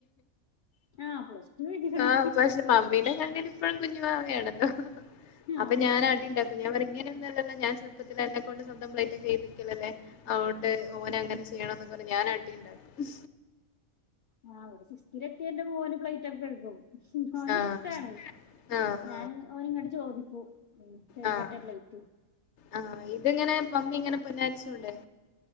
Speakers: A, on the left; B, on the left.
A: ആഹ് പ്ലസ് ടു കഴിഞ്ഞിക്ക്ണു
B: ആഹ് പക്ഷേ മമ്മീന്റെ കണ്ണില്. ഇപ്പഴും കുഞ്ഞുവാവയാണല്ലോ
A: ആഹ്
B: അപ്പൊ ഞാൻ അടിണ്ടാ പ്പൊ ഞാപറിം ഇങ്ങനൊന്നൊല്ലല്ലോ ഞാൻ ചെറ്പ്പത്തില് അന്നെ കൊണ്ട് സ്വന്തം പ്ലേറ്റൊക്കെ കെയ്കിപ്പിക്കലല്ലേ. അതൊണ്ട് ഓനെ അങ്ങനെ ചെയ്യണം എന്നൊക്ക പർഞ്ഞ് ഞാൻ അടി ഇണ്ടാക്കും
A: ആഹ് ഇവടെ സിക്സ്ത്തിലെ ത്തിയേ ഇന്റെ മോന് പ്ലൈറ്റൊക്കെ കെഴുകും. <unintelligible> ഓനിഷ്ടാണ്
B: ആഹ് ആഹ്
A: ഞാൻ ഓൻ ഇങ്ങട്ട് ചോദിക്കും ഉം കെഴ്കട്ടെ
B: ആഹ് ആഹ്
A: പ്ലേറ്റ്
B: ആഹ് ഇതിങ്ങനെ പമ്മി ഇങ്ങനെ പൊന്നാരിച്ചോണ്ടേ